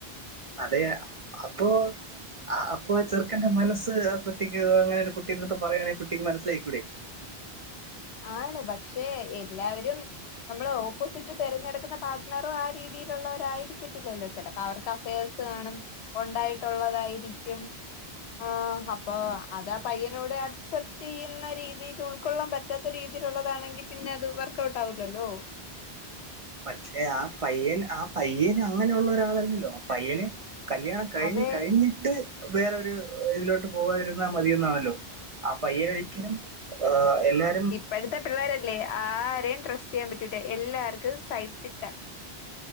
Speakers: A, on the right; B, on the left.
A: അതെ അപ്പൊ അപ്പൊ ആ ചെറുക്കൻന്റെ മനസ് കുട്ടിക് അങ്ങനെ കുട്ടിന്റെടുത്ത് പറയാണെങ്കിൽ കുട്ടിക്ക് മനസ്സിലായിക്കൂടെ.
B: ആണ് പക്ഷേ എല്ലാവരും നമ്മള് ഓപ്പോസിറ്റ് തെരഞ്ഞെടുക്കുന്ന പാർട്ട്ണറും ആ രീതിയിലുള്ളവരായിരിക്കത്തില്ലല്ലോ. ചിലപ്പോ അവർക്ക് അഫയേർസ് കാണും ഉണ്ടായിട്ടുള്ളതായിരിക്കും. ആഹ് അപ്പൊ അതാ പയ്യനോട് അക്സെപ്റ്റയ്യുന്ന രീതിയിൽ ഉൾക്കൊള്ളാൻ പറ്റ റ്റാത്ത രീതിയിലുള്ളതാണെങ്കി പിന്നെ അത് വർക്ക് ഔട്ട് ആവുല്ലല്ലോ.
A: പക്ഷെ ആ പയ്യൻ ആ പയ്യൻ അങ്ങനെയുള്ള ഒരാളല്ലല്ലോ ആ പയ്യന് കല്യാണ കഴിഞ്ഞ്
B: അതെ
A: കഴിഞ്ഞിട്ട് വേറൊരു ഇതിലോട്ട് പോവാതിരുന്നാ മതിയൊന്നാണല്ലോ. അ പയ്യാനൊരിക്കലും ആ എല്ലാ-
B: ഇപ്പഴത്തെ പിള്ളേരല്ലേ ആരേം ട്രസ്റ്റ് ചെയ്യാൻ പറ്റൂല എല്ലാർക്കും സൈട്സ് സിക്കാ